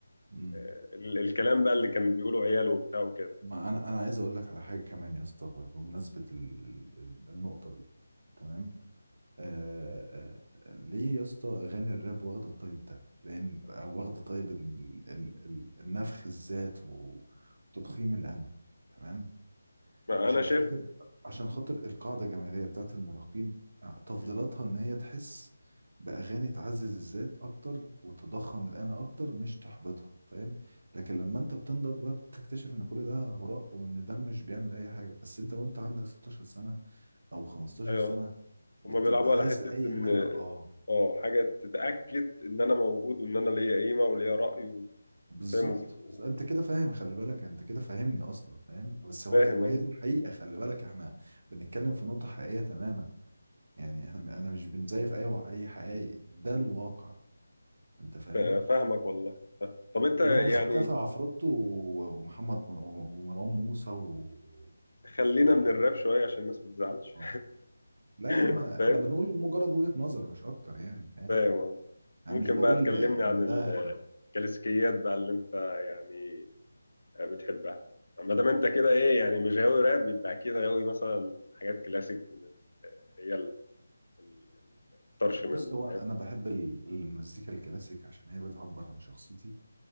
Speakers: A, on the right (about 55°); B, on the left (about 85°).
A: مم.
B: آه، ال- الكلام بقى اللي كان بيقوله عياله وبتاع وكده
A: ما انا انا عايز اقول لك على حاجة كمان يا اسطى بمناسبة ال- ال- النقطة دي تمام آه آه آه، ليه يا اسطى اغاني الراب واخده الطيب ده لان او واخده طيب ال- ال- ال- النفخ الذات و- وتضخيم الانا تمام
B: انا
A: عشان
B: شايف
A: خاطر عشان خاطر القاعده الجماهيريه بتاعت المراهقين آه، تفضيلاتها
B: مم.
A: ان هي تحس باغاني تعزز الذات اكتر وتضخم الانا اكتر مش تحبطها فاهم لكن لما انت بتنضج بقى بتكتشف ان كل ده هراء وان ده مش بيعمل اي حاجه بس انت وانت عندك 16 سنه او 15
B: ايوه
A: سنه بتبقى
B: هما بيلعبوا على
A: عايز
B: حته
A: اي
B: ان
A: حاجه اه
B: اه حاجه تتاكد ان انا موجود وان انا ليا قيمه وليا راي
A: بالظبط
B: وفاهم وف-
A: بس انت كده فاهم خلي بالك انت كده فاهمني اصلا فاهم بس هو
B: وفاهم
A: وهي
B: قصدي
A: دي الحقيقه خلي بالك احنا بنتكلم في نقطه حقيقيه تماما يعني احنا انا مش بنزيف اي وع- اي حقيقي ده الواقع انت فاهم
B: فا- فاهمك والله طب انت
A: ولو اختفى
B: يعني
A: عفروتو و- ومحمد م- ومروان موسى و...
B: خلينا
A: و...
B: من الراب شويه عشان الناس ما تزعلش
A: آه. لا يا عم
B: <laughs>
A: احنا
B: فاهم
A: بنقول مجرد وجهه نظر مش اكتر يعني فاهم
B: فاهم قصدي
A: انا
B: ممكن
A: مش بقول
B: بقى تكلمني
A: ان
B: عن ال-
A: ده
B: الكلاسيكيات بقى اللي انت يعني بتحبها ما دام انت كده ايه يعني مش غاوي راب يبقى اكيد غاوي مثلا حاجات كلاسيك من ال- هي ال- ال- الطرش
A: بص
B: منه
A: هو انا بحب ال- المزيكا الكلاسيك عشان هي بتعبر عن شخصيتي